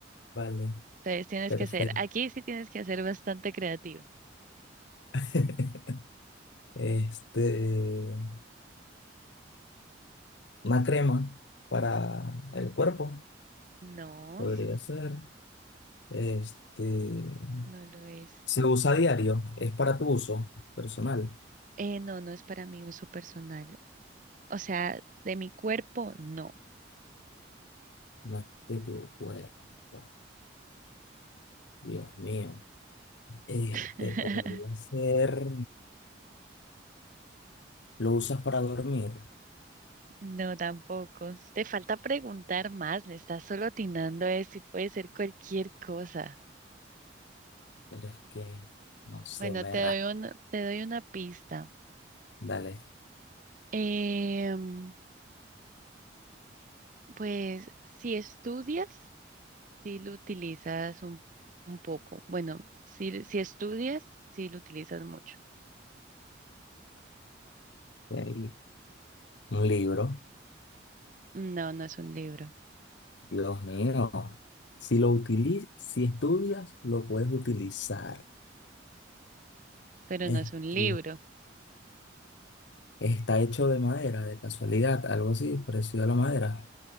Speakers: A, on the left (about 70°); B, on the right (about 45°).
A: vale.
B: Entonces tienes
A: Perfecto.
B: que ser, aquí sí tienes que ser bastante creativo.
A: <laughs> Este, una crema para el cuerpo,
B: No,
A: podría ser. Este,
B: no lo es.
A: se usa a diario, es para tu uso personal,
B: Eh, no, no es para mi uso personal. O sea, de mi cuerpo, no.
A: no es de tu cuerpo. Dios mío. Este,
B: <laughs>
A: podría ser. Lo usas para dormir,
B: No, tampoco. Te falta preguntar más, le estás solo atinando a eso y puede ser cualquier cosa.
A: pero es que, no sé,
B: Bueno,
A: me
B: te
A: ra.
B: doy una, te doy una pista.
A: Dale.
B: Em, pues si estudias, sí lo utilizas un, un poco. Bueno, si, si estudias, sí lo utilizas mucho.
A: ahí. Un libro,
B: No, no es un libro,
A: Dios mío. Si lo utilizas, si estudias, lo puedes utilizar.
B: pero no
A: Este,
B: es un libro.
A: está hecho de madera, de casualidad, algo así, parecido a la madera.